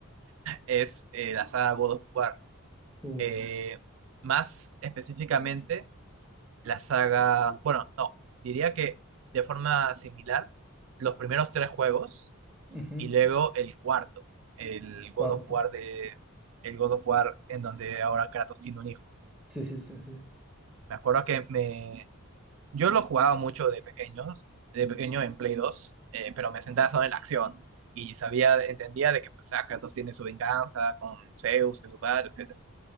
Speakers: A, on the right; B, in the centre.
A: es eh, la saga God of War.
B: Uf,
A: Eh, más específicamente, la saga, bueno, no, diría que de forma similar, los primeros tres juegos
B: ujú,
A: y luego el cuarto, el
B: Cuarto.
A: God of War de, el God of War en donde ahora Kratos tiene un hijo.
B: Sí, sí, sí, sí.
A: Me acuerdo que me, yo lo jugaba mucho de pequeños, de pequeño en Play 2, eh, pero me sentaba solo en la acción y sabía, entendía de que pues, ah, Kratos tiene su venganza con Zeus, que es su padre, etc.